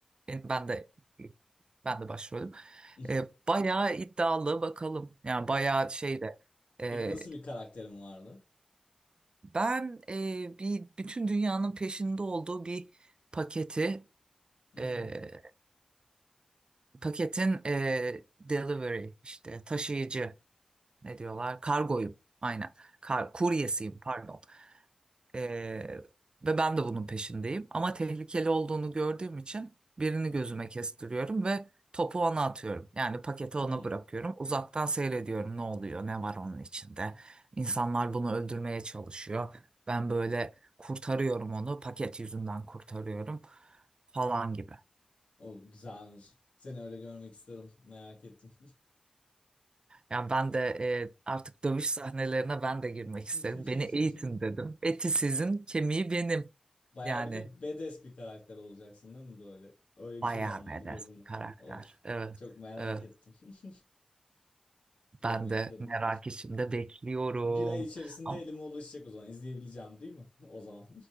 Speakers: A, on the right; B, on the left.
A: e, ben de ben de başrolüm.
B: <laughs>
A: E, bayağı iddialı bakalım. Yani bayağı şey de e,
B: Peki nasıl bir karakterin vardı?
A: ben e, bir bütün dünyanın peşinde olduğu bir paketi
B: <laughs>
A: e, paketin e, delivery işte taşıyıcı ne diyorlar kargoyum aynen Kar, kuryesiyim pardon. Ee, ve ben de bunun peşindeyim. Ama tehlikeli olduğunu gördüğüm için birini gözüme kestiriyorum ve topu ona atıyorum. Yani paketi ona
B: Hmm.
A: bırakıyorum. Uzaktan seyrediyorum ne oluyor, ne var onun içinde. İnsanlar bunu öldürmeye çalışıyor. Ben böyle kurtarıyorum onu, paket yüzünden kurtarıyorum falan gibi.
B: O güzelmiş. Seni öyle görmek istedim. Merak ettim.
A: Yani ben de e, artık dövüş sahnelerine ben de girmek isterim.
B: <laughs>
A: Beni eğitin dedim. Eti sizin, kemiği benim.
B: Bayağı
A: Yani.
B: bir de badass bir karakter olacaksın değil mi böyle? Öyle bir
A: Bayağı
B: şey canlandı
A: badass
B: gözümde.
A: bir karakter.
B: Of.
A: Evet,
B: Çok merak
A: evet.
B: ettim. <laughs> Görmek
A: Ben de
B: istedim.
A: merak içinde bekliyorum.
B: Bir ay içerisinde
A: Ama-
B: elime ulaşacak o zaman. İzleyebileceğim değil mi? <laughs> O zaman.